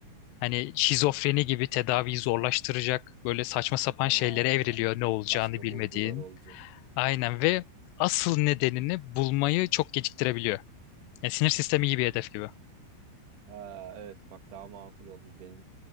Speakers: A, on the left; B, on the right.
A: hani şizofreni gibi tedaviyi zorlaştıracak böyle saçma sapan
B: Ha,
A: şeylere evriliyor ne olacağını
B: başka
A: bilmediğin.
B: bulgular olacak.
A: Aynen ve asıl nedenini bulmayı çok geciktirebiliyor. Yani sinir sistemi iyi bir hedef gibi.
B: Ha, evet bak daha makul oldu. Benim